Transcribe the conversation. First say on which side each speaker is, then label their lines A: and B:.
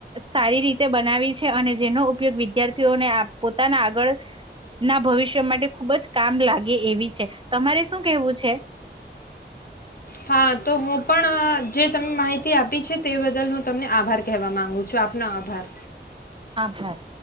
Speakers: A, on the right; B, on the left.
A: સારી રીતે બનાવી છે અને જેનો ઉપયોગ વિદ્યાર્થીઓને આ પોતાના આગળ ના ભવિષ્ય માટે ખુબ જ કામ લાગે એવી છે. તમારી શું કેવું છે?
B: હા તો હું પણ જે તમે માહિતી આપી છે તે બદલ હું તમને આભાર કહેવા માંગુ છું, આપનો આભાર.
A: આભાર.